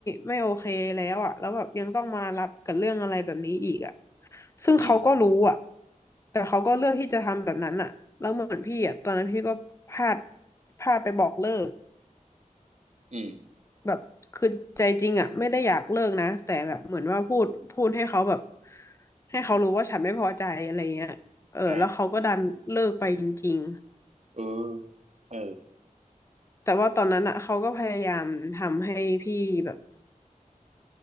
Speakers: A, on the left (about 20°); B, on the right (about 55°).
A: ไม่โอเคแล้วอะแล้วแบบยังต้องมารับกับเรื่องอะไรแบบนี้อีกอะซึ่งเขาก็รู้อะ
B: อืม
A: แต่เขาก็เลือกที่จะทำแบบนั้นอะแล้วเหมือนพี่อะตอนนั้นพี่ก็พลาดพลาดไปบอกเลิก
B: อืม
A: แบบคือใจจริงอ่ะไม่ได้อยากเลิกนะแต่แบบเหมือนว่าพูดพูดให้เขาแบบให้เขารู้ว่าฉันไม่พอใจอะไรเงี้ยเออแล้วเขาก็ดันเลิกไปจริง
B: อ่าเออเออ
A: ๆแต่ว่าตอนนั้นอ่ะเขาก็พยายามทำให้พี่แบบ